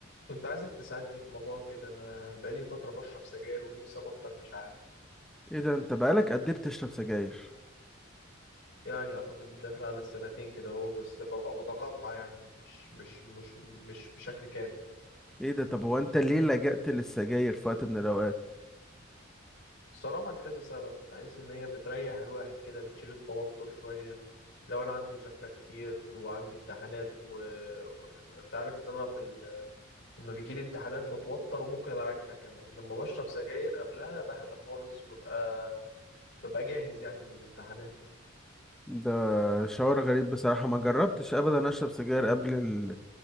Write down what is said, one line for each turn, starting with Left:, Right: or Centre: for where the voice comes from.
Left: كنت عايزك تساعدني في موضوع كده انا بقالي فتره بشرب سجاير ونفسي ابطل مش عارف
Centre: ايه ده انت بقالك قد ايه بتشرب سجاير
Left: يعني اعتقد داخل على السنتين كده اهو بس ببقى متقطع يعني مش مش مش مش بشكل كامل
Centre: ايه ده طب هو انت ليه لجأت للسجاير في وقت من الاوقات
Left: صراحه لكذا سبب بحيث ان هي بتريح الواحد كده بتشيل التوتر شويه لو انا عندي مذاكره كتير وعندي امتحانات و... و... انت عارف ان انا في ال... لما بيجي لي امتحانات بتوتر وممكن ارجع كمان لما بشرب سجاير قبلها بهدى خالص وببقى ببقى جاهز يعني للامتحانات
Centre: ده شعور غريب بصراحة ما جربتش ابدا اشرب سجاير قبل ال...